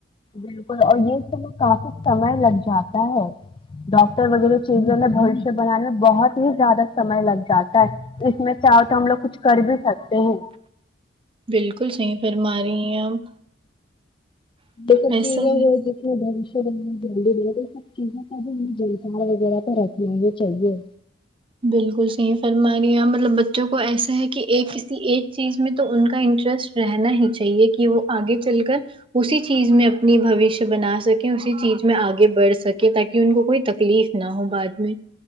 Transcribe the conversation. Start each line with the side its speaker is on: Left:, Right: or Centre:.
Left: بالکل اور یہ سب میں کافی سمے لگ جاتا ہے ڈاکٹر وغیرہ چیزوں میں بوشیہ بنانے میں بہت ہی زیادہ سمئے لگ جاتا ہے اس میں چاہو تو ہم لوگ کچھ کر بھی سکتے ہیں
Right: بالکل صحیح فرمارہی ہیں آپ
Left: یہ سب
Right: ایسا
Left: چیزے ہو گی <unintelligible> تو سب چیز کا ہمیں جلکار وغیرہ تو رکھ چاہیے
Right: بالکل صحیح فرمارہے مطلب بچوں کو ایسا ہے کہ ایک کسی ایک چیز میں تو ان کا انٹرسٹ رہنا ہی چاہیے کہ وہ آگے چل کر اسی چیز میں اپنی بوشیہ بنا سکیں اسی چیز میں آگے بڑھ سکے تاکہ ان کو کوئی تکلیف نہ ہو بعد میں